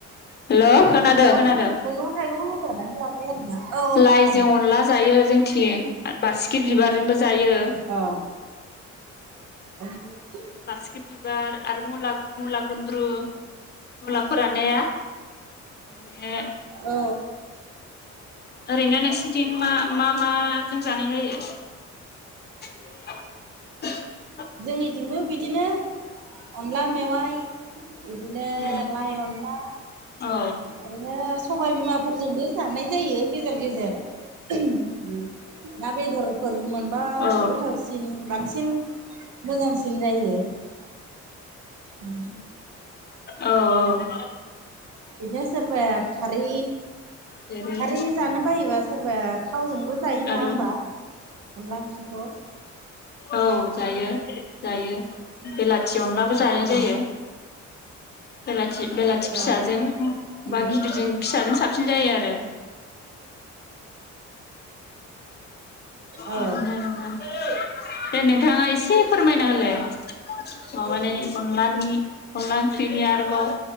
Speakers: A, on the left; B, on the right.
A: हेल'
B: औ
A: खोनादों
B: जोंहा गोबां
A: खोनादों
B: मैगं थाइगं होफानानै जाबाय आरोना औ औ
A: लाइजों
B: खोनादों।
A: अनला जायो जोंथिं बारसिगि बिबार। जोंबो जायो।
B: औ <inaudible>
A: बारसिगि बिबार आरो मुला मुला गुन्द्रु मुला फोराननाया बे
B: औ
A: ओरैनो नोंसोरनिथिं मा मा माजों जानाय जायो। <inaudible>
B: जोंनिथिंबो बि बिदिनो अनला मेवाइ। बिदिनो
A: औ
B: लाइ अनला
A: औ
B: ओरैनो सबायबिमाफोरजोंबो जानाय जायो गेजेर गेजेर ओम ना बेदरफोर मोनबा
A: औ
B: गोथावसिन बांसिन मोजांसिन जायो। उम।
A: औ औ। <inaudible>
B: बिदिनो सोरबाया खारै
A: जेरै
B: खारै जानो बायोबा सोरबाया थावजोंबो जायो नंङा
A: आरो
B: होमबा अनला ओंख्रिखौ।
A: औ। जायो जायो बेलाथि अनलाबो जानाय
B: औ
A: जायो। बेलाथि बेलाथि फिसाजों
B: औ औ
A: बा गिदिरजों फिसाजों साबसिन जायो आरो
B: औ
A: उम औ। दे नोंथांङा एसे फोरमायना होलाय माबानायनि अनलानि अनला ओंख्रि नि आरो औ